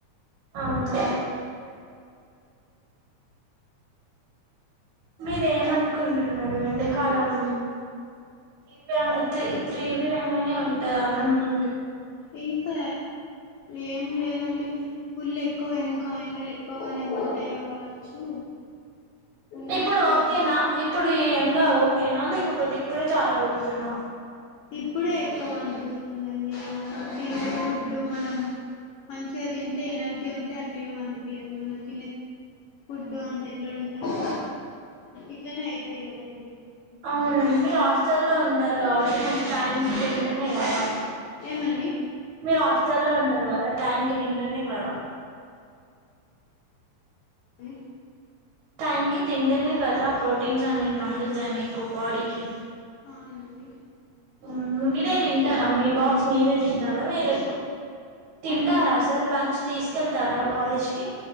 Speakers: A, on the right; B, on the left.
A: అవునా మీరేం ఏమనుకుంటున్నారు ఎండాకాలం ఇవేన్తియి త్రీవ్యంగానే ఉంటది అని అనుకు
B: ఇంకా ఏం లేదండి. ఫుల్ ఎక్కువ ఇంకా ఎండలు ఎక్కువగానే కొడతయి కావచ్చు. ఉన్న
A: ఇప్పుడు
B: సీజన్ని
A: ఓకేనా
B: బట్టి
A: ఇప్పుడు ఈ ఎండ ఓకేనా లేకపోతే ఇప్పుడే చాలా కొడుతున్నా
B: ఇప్పుడే ఎక్కువ అనిపిస్తుందండి మనం తినే ఫుడ్ మనం మంచిగా తింటే ఎనర్జీ ఉంటే అట్లెం అనిపియదు మనం తినే ఫుడ్డు అంత ఎట్లా ఉంటది ఇట్లనే అయితయి కదండి ఇంకా
A: అవునండి
B: లేజీ
A: మీరు హాస్టల్లో ఉంటారు కాబట్టి మీర్ టైంకి తింటేనే కదా
B: ఏమండి
A: మీరు హాస్టల్లో ఉంటారు కదా టైంకి తింటేనే కదా
B: స
A: టైం కి తింటనే కదా ప్రోటీన్స్ అనేవి అందుతాయి మీకు బాడీకి
B: అవునండి
A: <unintelligible> తింటారా మీ బాక్స్ మీరే తింటారా వేరే తింటారా
B: అర్ధం కాదు
A: అసల్ లంచ్ తీసుకెళ్తారా కాలేజ్ కి